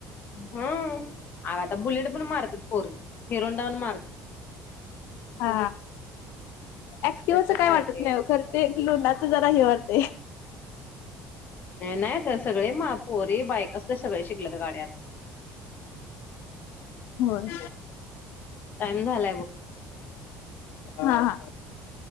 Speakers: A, on the left (about 50°); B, on the left (about 75°).
A: हम्म आ आता बुलेट पण मारतात पोरी हिरोंहोडा मारतात.
B: हा ऍक्टिवच
A: त्याच
B: काय वाटत
A: ते
B: नाही खर ते लुणाच जरा हे वाटताय.
A: नाही तर सगळे मा पोरी बाईका सगळे शिकले तर गाड्यात.
B: होय.
A: टाइम झालाय बघ.
B: हा हा.